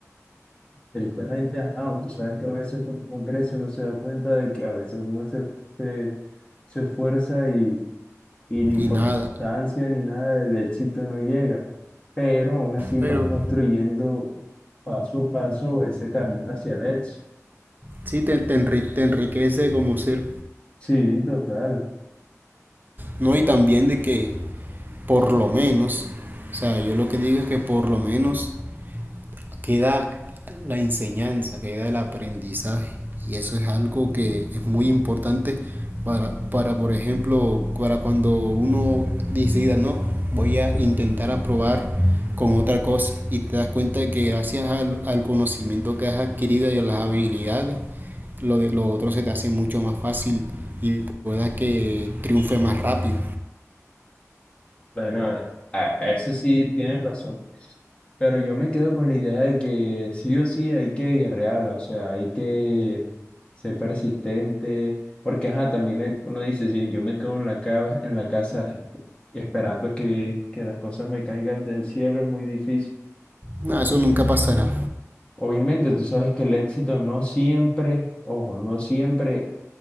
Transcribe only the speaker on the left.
Directamente, ah, tú sabes que a veces con Congreso uno se da cuenta de que a veces uno se, se, se esfuerza y, y ni
por
constancia ni nada del éxito no llega, pero aún así
vas construyendo paso a paso ese camino hacia el éxito.
Sí, total.
Sí.
Bueno, eh, a, a eso sí tienes razón. Pero yo me quedo con la idea de que sí o sí hay que ir real, o sea, hay que ser persistente, porque ajá, también es- uno dice, si yo me quedo en la ca- en la casa esperando que, que las cosas me caigan del cielo, es muy difícil.
Obviamente, tú sabes que el éxito no siempre, ojo, no siempre